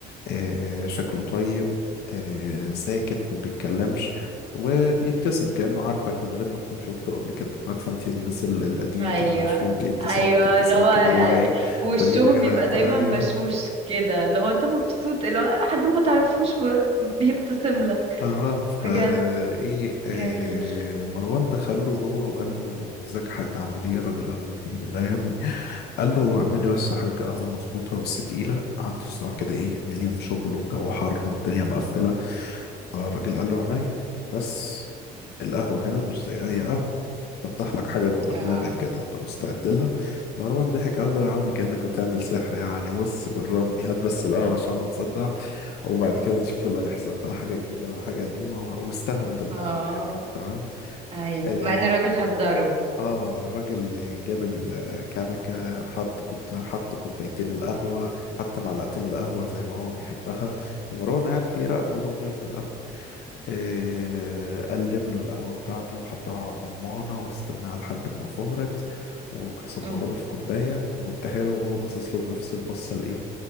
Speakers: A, on the left (about 70°); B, on the right (about 35°).
A: آه، شكله طيب آه، ساكت ما بيتكلمش وبيبتسم كأنه عارفك من غير ما تكون شفته قبل كده عارفه انت الناس ال- القديمة
B: ايوه
A: كده بتشوفيهم تلاقيه ابتسم
B: ايوه
A: لك ابتسامة
B: اللي هو
A: كده اللي هو ايه
B: أي- وشهم
A: انت مين يا جدع
B: بيبقى
A: انت
B: دايما
A: ايوه
B: بشوش كده اللي هو انت مبسوط اللي هو حد ما تعرفوش وبيبتسم لك
A: اه فا
B: بجد
A: ايه آه
B: جميل
A: مروان دخل له جوه وقال له ازيك يا حاج عامل ايه الراجل قال له الحمد لله يا ابني قال له اعمل لي بس يا حاج قهوه مظبوطه بس تقيله عندي صداع كده ايه من يوم شغل والجو حر والدنيا مقفله فالراجل قال له عينيا بس القهوه هنا مش زي اي قهوه فتح لك حاجه جوه
B: اه
A: دماغك كده انت مستعد لها مروان ضحك قال له يا عم كانك بتعمل سحر يعني بص جربني هات بس القهوه عشان انا مصدع وبعد كده نشوف اللي هيحصل ولا حاجة جديدة ولا حاجة قديمة و- واستهون بالموضوع
B: اه
A: يعني تمام
B: ايوه
A: اه
B: مع ان الراجل حذره
A: آه، الراجل اللي جاب الكنكة حط كوب- حط كوبايتين القهوة حط معلقتين القهوة زي ما هو بيحبها ومروان قاعد بيراقبه وهو بيعمل قهوة إيه، قلب له القهوة بتاعته وحطها على الرمانة واستناها لحد ما فهرت وصبها
B: مم.
A: له في كوباية واداها له وهو باصص له بنفس البصة الإيه